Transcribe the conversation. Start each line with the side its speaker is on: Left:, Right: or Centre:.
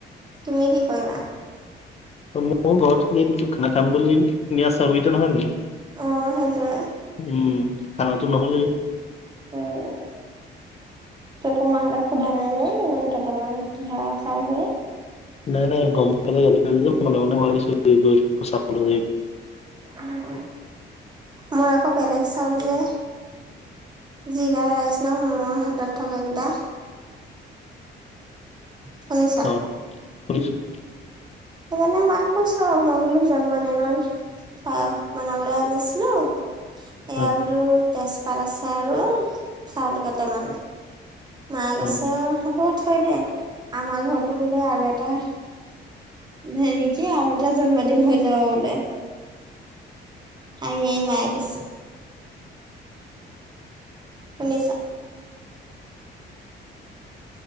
Right: তুমি কি কৰিবা?
Left: মই ঘৰত দি দিছো, খানা থাম বুলি নিয়া চাউল কেইতা নহয় বোলো।
Right: অ সেইটোৱে।
Left: উম, খানাটো নহলেই।
Right: উম, তোমালোকৰ মা <unintelligible> সোধা নাই নে ইমান কেইটামান কিহৰ খাই হে?
Left: নাই নাই গম পালেহে গালি পাৰিব, মনে মনে ভৰাই দিছো <unintelligible>
Right: উম। মোৰ আকৌ বেলেগ চাউল যে। জিৰা ৰাইচ ন' মোৰ হাতত থকা কেইটা? শুনিছা
Left: অ, হয় ছাগে।
Right: সেইকাৰণে মাক কৈছো মই বোলো জাম ইমন। <unintelligible> পায়স বনাবলে আনিছিলো। এয়া
Left: উম
Right: বোলো তেজপাত আছে আৰু চাউল কেইটামান। মা কৈছে
Left: উম
Right: হ'ব থৈ দে আমাৰ ঘৰতো বোলে আৰু এটা হেৰি কি আৰু এটা জন্মদিন হৈ যাব বোলে। হাঁহি হাঁহি মায়ে কৈছে। শুনিছা?